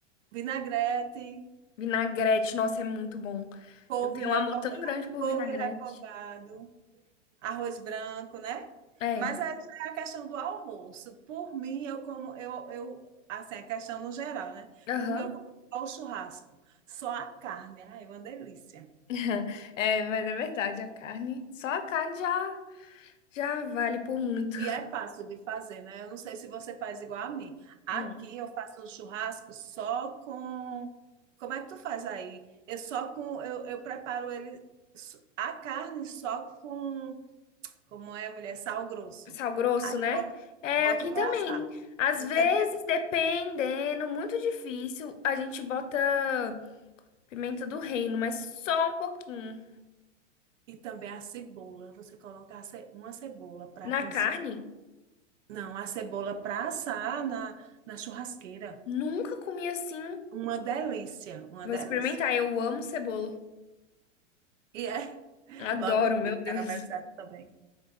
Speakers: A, on the right; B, on the left.
A: vinagrete,
B: Vinagrete, nossa, é muito bom.
A: couve
B: Eu tenho
A: refogado,
B: um amor tão grande por
A: couve
B: vinagrete.
A: refogado. Arroz branco, né?
B: É,
A: Mas aí já é a questão do almoço. Por mim, eu como, eu, eu, assim, a questão no geral, né?
B: aham.
A: Por mim, eu como só o churrasco, só a carne. Ai, é uma delícia.
B: <laughs> É, mas é verdade, a carne, só a carne já já vale por muito.
A: E é fácil de fazer, né? Eu não sei se você faz igual a mim. Aqui
B: Hum,
A: eu faço o churrasco só com. Como é que tu faz aí? Eu só com. Eu, eu preparo ele. s- A carne só com. Como é, mulher? Sal grosso.
B: Sal grosso,
A: Aí
B: né?
A: boto,
B: É,
A: boto
B: aqui
A: para
B: também.
A: assar.
B: Às
A: Não
B: vezes,
A: tem
B: dependendo, muito difícil, a gente bota pimenta do reino, mas só um pouquinho.
A: E também a cebola. Você coloca a ce- uma cebola para
B: Na
A: cozinhar.
B: carne,
A: Não, a cebola para assar na, na churrasqueira.
B: nunca comi assim.
A: Uma delícia, uma
B: Vou
A: delícia.
B: experimentar, eu amo cebola.
A: E é <laughs>
B: Adoro,
A: logo
B: meu
A: vi
B: Deus.
A: caramelizado também.